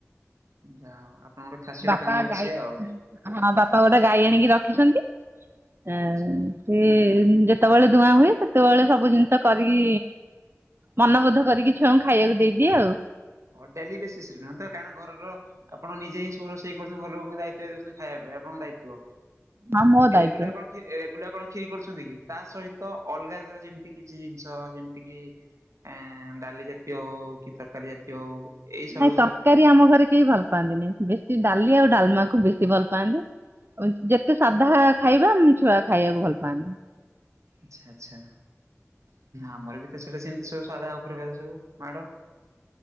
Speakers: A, on the right; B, on the right.
A: ଯାହାହଉ ଆପଣଙ୍କ ଗୋଟେ ଖାସିୟତ
B: ବାପା
A: ଜାଣିକେ ଅଛି
B: ଗାଈ
A: ଆଉ।
B: ହଁ ବାପା ଗୋଟେ ଗାଈ ଆଣିକି ରଖିଚନ୍ତି ଏ
A: ଆଚ୍ଛା।
B: ସିଏ ଯେତେବେଳେ ଦୁହାଁ ହୁଏ ସେତେବେଳେ ସବୁ ଜିନିଷ କରିକି ମନବୋଧ କରିକି ଛୁଆଙ୍କୁ ଖାଇବାକୁ ଦେଇଦିଏ ଆଉ।
A: ହଁ ଡେଲି ବେଶିସ୍ ରେ ନୁହେଁ ତ? କାରଣ ଘରର ଆପଣ ନିଜେ ହିଁ ସବୁ ରୋଷେଇ କରୁଚନ୍ତି ଘର ଲୋକଙ୍କ ଦାୟିତ୍ୱ ଦଉଚନ୍ତି। ଖାଇବା ପାଇଁ ଆପଣଙ୍କ ଦାୟିତ୍ବ।
B: ହଁ ମୋ ଦାୟିତ୍ଵ।
A: ରେଗୁଲାର୍ କଣ କ୍ଷୀରି- ରେଗୁଲାର୍ କଣ କ୍ଷୀରି କରୁଛନ୍ତି କି ତା ସହିତ ଅଲଗା ଧର ଯେମିତି କି କିଛି ଜିନିଷ ଯେମତି କି ଆଁ -ଡାଲି ଜାତିୟ ହଉ କି ତରକାରୀ ଜାତୀୟ ହଉ ଏଇ ସବୁ
B: ନାଇଁ ତରକାରୀ ଆମ ଘରେ କେହି ଭଲ ପାଆନ୍ତିନି। ବେଶୀ ଡାଲି ଆଉ ଡାଲ୍ମା କୁ ବେଶୀ ଭଲ ପାଆନ୍ତି। ଯେତେ ସାଧା ଖାଇବା ଛୁଆ ଖାଇବାକୁ ଭଲ ପାଆନ୍ତିି।
A: ଆଚ୍ଛା ଆଚ୍ଛା। ଆମର ବି ତ ସେଇଟା ସେମିତି ସବୁ ସାଧା ଉପରେ ଘରେ ସବୁ ମାଡ।